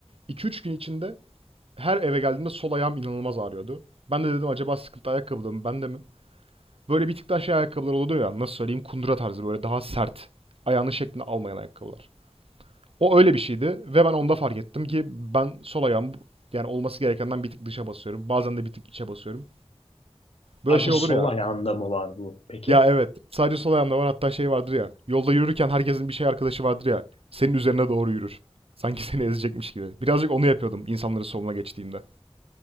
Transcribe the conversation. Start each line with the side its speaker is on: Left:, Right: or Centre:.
Right: 2 üç gün içinde her eve geldiğimde sol ayağım inanılmaz ağrıyordu. Ben de dedim acaba sıkıntı ayakkabıda mı bende mi? Böyle bir tık daha şey ayakkabılar oluyor ya nasıl söyleyeyim kundura tarzı böyle daha sert. Ayağının şeklini almayan ayakkabılar. O öyle bir şeydi ve ben onda fark ettim ki ben sol ayağım yani olması gerekenden bir tık dışa basıyorum. Bazen de bir tık içe basıyorum. Böyle
Left: Sadece
Right: şey
Left: sol
Right: olur ya.
Left: ayağında mı var bu peki?
Right: Ya evet. Sadece sol ayağımda var. Hatta şey vardır ya. Yolda yürürken herkesin bir şey arkadaşı vardır ya. Senin üzerine doğru yürür. <laughs> Sanki seni ezecekmiş gibi. Birazcık onu yapıyordum insanların soluna geçtiğimde.